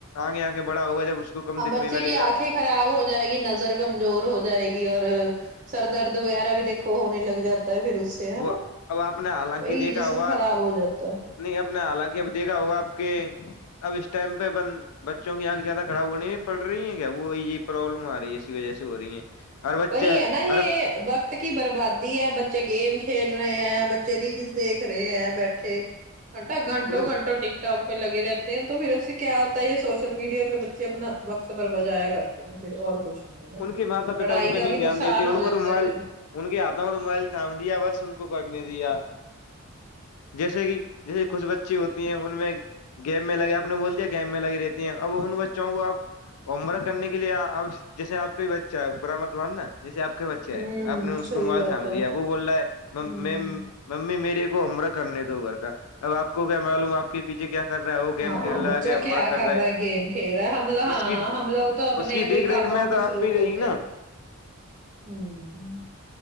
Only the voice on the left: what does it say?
آگے آگے بڑا ہوگا جب اس کو کم
دکھنے
لگے
گا
وہ
اب آپ نے حالانکہ
دیکھا
ہوگا
نہیں اپ نے حالانکہ اب دیکھا ہوگا آپ کے اب اس ٹائم پہ بند بچوں کی آنکھ زیادہ خراب ہونے پڑ رہی ہے کیا وہ یہ یہ پروابلم آ رہی ہے اسی وجہ سے ہو رہی ہیں ہر بچہ
ہر
ان
ان کے ماتا پتا
ان کو نہیں
دھیان
دیتے
ان کو
تو موبائل
ان کے ہاتوں میں تو موبائل تھٹانم دیا بس ان کو کرنے دیا جیسے کہ جیسے کچھ بچے ہوتی ہیں ان میں گیم میں لگے آپ نے بول دیا گیم میں لگی رہتی ہیں اب ان بچوں کو آپ امرہ کرنے کے لیے آپ جیسے آپ کا بچہ ہے ا بر مت مانا جیسے آپ کے بچے
ہے آپ نے اس
کو موبائل
تھام
دیا وہ بول رہا ہے
میم ممی میرے کو امرہ کرنے دو گھر کا اب آپ کو کیا معلوم آپ کے پیچھے کیا کر رہا ہے وہ گیم
کھیل رہا
ہے کہ امرا
کر رہے
اس کی
اس کی
دیکھ ریکھ
میں تو
تپ ہی رہے
گی نا